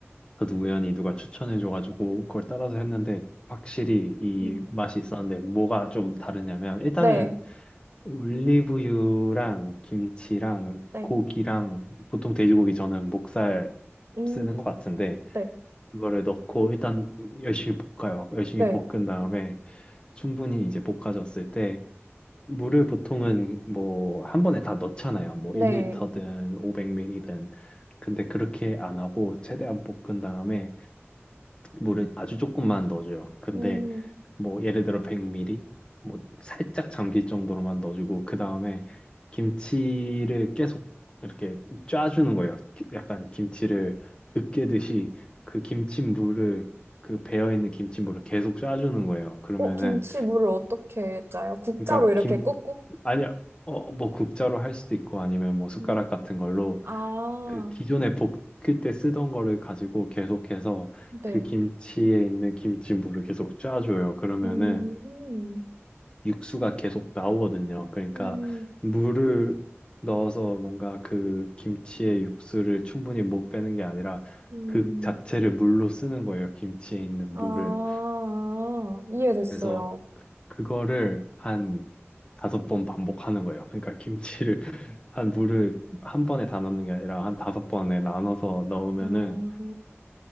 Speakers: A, on the left; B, on the right.
A: 저도 우연히 누가 추천해줘가지고, 그걸 따라서 했는데, 확실히 이
B: 음,
A: 맛이 있었는데, 뭐가 좀 다르냐면, 일단은
B: 네,
A: 올리브유랑 김치랑
B: 네,
A: 고기랑 보통 돼지고기 저는 목살
B: 음,
A: 쓰는 것 같은데
B: 네,
A: 그거를 넣고 일단 열심히 볶아요. 열심히
B: 네,
A: 볶은 다음에 충분히 이제 볶아졌을 때 물을 보통은 뭐 한 번에 다 넣잖아요. 뭐
B: 네,
A: 1리터든 5 0 0 m 리든 근데 그렇게 안 하고 최대한 볶은 다음에 물을 아주 조금만 넣어줘요. 근데
B: 음,
A: 뭐 예를 들어 100ml 뭐 살짝 잠길 정도로만 넣어주고 그 다음에 김치를 계속 이렇게 짜주는 거예요. 기- 약간 김치를 으깨듯이 그 김치물을 그 배어 있는 김치물을 계속 짜주는 거예요. 그러면은
B: 어, 김치물을 어떻게 짜요? 국자로
A: 그러니까
B: 이렇게
A: 김
B: 꾹꾹?
A: 아니 어뭐 국자로 할 수도 있고 아니면 뭐 숟가락
B: 음,
A: 같은 걸로
B: 아,
A: 그 기존에 볶을 때 쓰던 거를 가지고 계속해서
B: 네,
A: 그 김치에 있는 김치물을 계속 짜줘요. 그러면은
B: 음,
A: 육수가 계속 나오거든요. 그러니까
B: 음,
A: 물을 넣어서 뭔가 그 김치의 육수를 충분히 못 빼는 게 아니라
B: 음,
A: 그 자체를 물로 쓰는 거예요. 김치에 있는
B: 아,
A: 물을.
B: 이해됐어요.
A: 그래서 그거를 한 다섯 번 반복하는 거예요. 그러니까 김치를 <laughs> 한 물을 한 번에 다 넣는 게 아니라 한 다섯 번에 나눠서 넣으면은
B: 아,